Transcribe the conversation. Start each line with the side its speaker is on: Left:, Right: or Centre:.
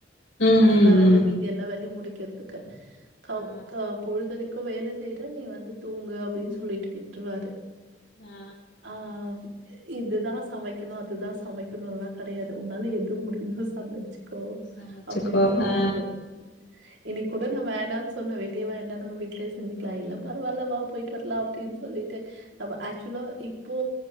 Left: ம் ம்
Right: எல்லா வேலையு
Left: ம்
Right: மீதி எல்லா வேலையு முடிக்கிறதுக்கு கவ்
Left: ஆ
Right: க பொழுதனைக் க்கு வேல செய்ற நீ வந்து தூங்கு அப்டின் சொல்லீட்டு விட்ருவாரு
Left: ஆ
Right: ஆ இதுதா சமைக்கணு அதுதா சமைக்கணுல்லா கெடையாது உன்னால எது முடியுதோ சமைச்சுக்கோ
Left: சமச்சுக்கோ
Right: அப்டின் சொல்லுவாரு
Left: ஆ
Right: இன்னக் கூட நா வேணான் சொன்னே வெளிய வேண்டா நம்ம வீட்லயே செஞ்சுக்கலா இல்ல பரவாயில்ல வா பொயிட்டு வரலா அப்டின்னு சொல்லிட்டு நம்ம ஆக்சுவலா இப்போ